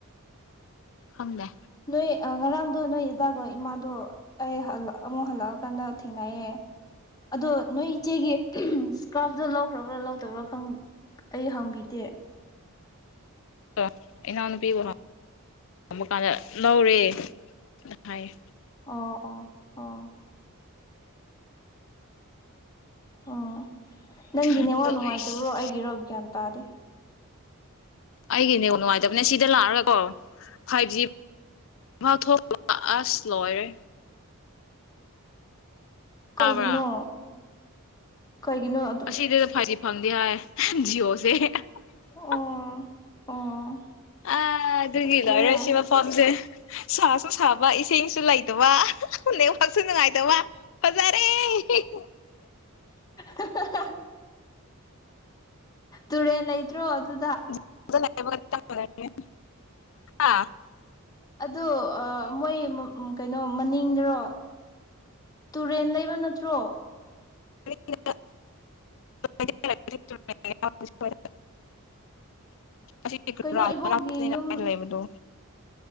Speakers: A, on the left (about 60°); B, on the left (about 15°).
A: ꯈꯪꯗꯦ
B: ꯅꯣꯏ ꯑ ꯉꯔꯥꯡꯗꯣ ꯅꯣꯏ ꯗꯥꯒꯣ ꯏꯃꯥꯗꯣ ꯑꯩ ꯍꯜꯂꯛ ꯑꯃꯨꯛ ꯍꯜꯂꯛꯑꯀꯥꯟꯗ ꯊꯦꯡꯅꯩꯌꯦ ꯑꯗꯣ ꯅꯣꯏ ꯏꯆꯦꯒꯤ ꯏꯁꯀ꯭ꯔꯥꯞꯇꯣ ꯂꯧꯈ꯭ꯔꯥꯕ꯭ꯔꯥ ꯂꯧꯗꯕ꯭ꯔꯥ ꯈꯪ ꯑꯩ ꯍꯪꯕꯤꯗꯦ
A: ꯑꯦ ꯏꯅꯥꯎꯅꯨꯄꯤꯕꯨ ꯍꯪꯕ ꯀꯥꯟꯗ ꯂꯧꯔꯦ ꯍꯥꯏꯌꯦ
B: ꯑꯣ ꯑꯣ ꯑꯣ ꯑꯣ ꯅꯪꯒꯤ
A: ꯑꯗꯣ
B: ꯅꯦꯋꯥꯛ ꯅꯨꯡꯉꯥꯏꯇꯕ꯭ꯔꯣ
A: ꯑꯩꯒꯤ
B: ꯑꯩꯒꯤꯔꯣ ꯒꯌꯥꯟ ꯇꯥꯗꯦ
A: ꯑꯩꯒꯤ ꯅꯦꯋꯥꯛ ꯅꯨꯡꯉꯥꯏꯇꯕꯅꯦ ꯁꯤꯗ ꯂꯥꯛꯑꯒꯀꯣ ꯐꯥꯏꯚ ꯖꯤ ꯃꯥ ꯊꯣꯛ ꯑꯁ ꯂꯣꯏꯔꯦ
B: ꯀꯩꯒꯤꯅꯣ
A: ꯇꯥꯕ꯭ꯔꯥ
B: ꯀꯩꯒꯤꯅꯣ ꯑꯗꯨ
A: ꯑꯁꯤꯗ ꯐꯥꯢꯚꯖꯤ ꯐꯪꯗꯦ ꯍꯥꯏ ꯖꯤꯌꯣꯁꯦ ꯍꯥꯍꯥ
B: ꯑꯣ ꯑꯣ
A: ꯑ ꯑꯗꯨꯒꯤ
B: ꯐꯠꯇꯦꯍꯦ
A: ꯂꯣꯏꯔꯦ ꯁꯤ ꯃꯐꯝꯖꯦ ꯁꯥꯁꯨꯁꯥꯕ ꯏꯁ ꯁꯤꯡꯁꯨ ꯂꯩꯇꯕ ꯅꯦꯠꯋꯥꯔꯛꯁꯨ ꯅꯨꯡꯉꯥꯏꯇꯕ ꯐꯖꯔꯦ ꯍꯥꯍꯥ
B: ꯍꯥꯍꯥꯍꯥ ꯇꯨꯔꯦꯟ ꯂꯩꯇ꯭ꯔꯣ ꯑꯗꯨ
A: <unintelligible>
B: ꯑꯗꯣ ꯑ ꯃꯣꯏ ꯑ ꯀꯩꯅꯣ ꯃꯅꯤꯡ ꯔꯣ ꯇꯨꯔꯦꯟ ꯂꯩꯕ ꯅꯠꯇ꯭ꯔꯣ
A: <unintelligible>
B: <unintelligible> <inaudible>
A: <unintelligible>
B: ꯀꯩꯅꯣ ꯏꯕꯣꯛꯒꯤ ꯌꯨꯝ
A: <inaudible> ꯂꯩꯕꯗꯣ